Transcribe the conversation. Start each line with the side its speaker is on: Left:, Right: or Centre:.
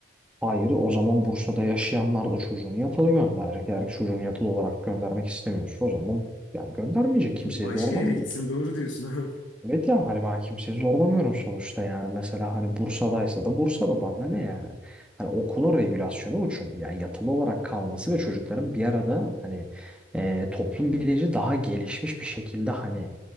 Centre: Hayır o zaman Bursa'da yaşayanlar da çocuğunu yatılı gönderecek. Eğer çocuğunu yatılı olarak göndermek istemiyorsa o zaman yani göndermeyecek. Kimseyi
Left: Başka
Centre: zorlamıyorum.
Left: yere gitsin. <laughs> Doğru diyorsun abi.
Centre: Evet ya hani ben kimseyi zorlamıyorum sonuçta yani mesela hani Bursa'daysa da Bursa'da bana ne yani. Hani okulun regülasyonu o çünkü yani yatılı olarak kalması ve çocukların bir arada hani e, toplum bilinci daha gelişmiş bir şekilde hani